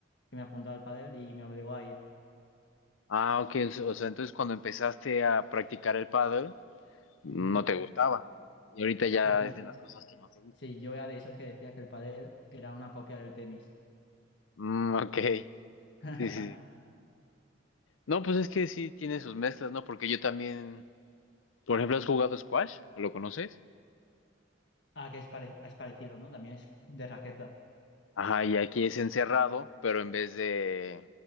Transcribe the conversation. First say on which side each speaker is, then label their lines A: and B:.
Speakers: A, on the left; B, on the left.
A: que me apuntó al pádel y me obligó a ir.
B: Ah, ok. O se- o sea, entonces cuando empezaste a practicar el pádel, no
A: Ujú.
B: te gustaba. Y ahorita ya
A: Al prin-
B: es de las cosas que más te gustan.
A: sí, yo era de esos que decía que el pádel era una copia del tenis.
B: Mm, ok.
A: <laughs>
B: Sí, sí, sí. No, pues es que sí tiene sus mezclas, ¿no? Porque yo también, por ejemplo, ¿has jugado squash? ¿O lo conoces?
A: Ah, que es, pare- es parecido, ¿no? También es de raqueta.
B: Ajá, y aquí es encerrado, pero en vez de...